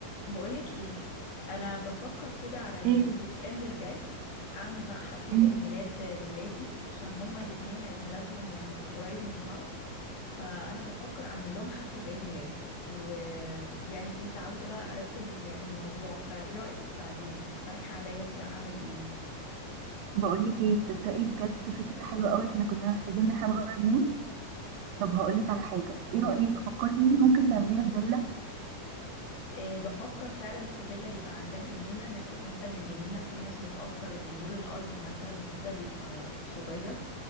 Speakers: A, on the left; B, on the right.
A: بقولك ايه انا بفكر كده على الويك
B: ايه
A: اند الجاي اعمل بقى حفلة
B: إيه؟
A: عيد ميلاد لولادي عشان هما الاتنين عيد ميلادهم يعني قريب من بعض فانا بفكر اعمل لهم حفلة عيد ميلاد ويعني كنت عاوزة بقى ارتب ال- الموضوع فايه رأيك تساعديني تقترحي عليا كده اعمل ايه
B: بقول لك ايه تصدقي بجد فكره حلوه قوي احنا كنا محتاجين ان احنا نغير مود طب هقول لك على حاجه
A: قوليلي
B: ايه رايك فكرتي ان ممكن تعمليها في فيلا
A: إيه بفكر فعلا في فيلا يبقى عندها جنينة ناخد مثلا الجنينة في ناس بتأجر الدور الأرضي مثلا وكده بيبقى صغير